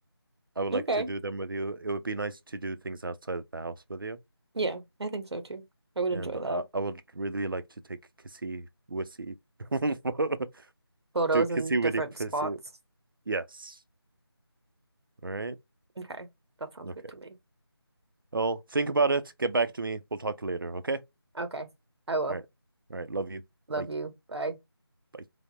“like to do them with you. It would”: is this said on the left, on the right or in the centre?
Right